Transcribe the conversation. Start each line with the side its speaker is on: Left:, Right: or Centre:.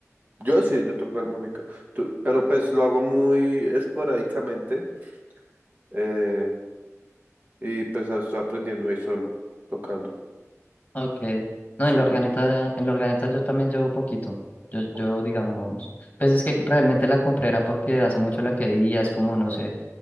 Right: Yo sí, yo toco armónica. Tú- pero pues lo hago muy esporádicamente eh, y pues estoy aprendiendo ahí solo, tocando.
Left: Ok. No,
Right: Sí,
Left: en la organeta, en la organeta yo también llevo poquito. Yo, yo,
Right: cu-
Left: digamos, pues es que realmente la compré era porque hace mucho la quería, es como, no sé.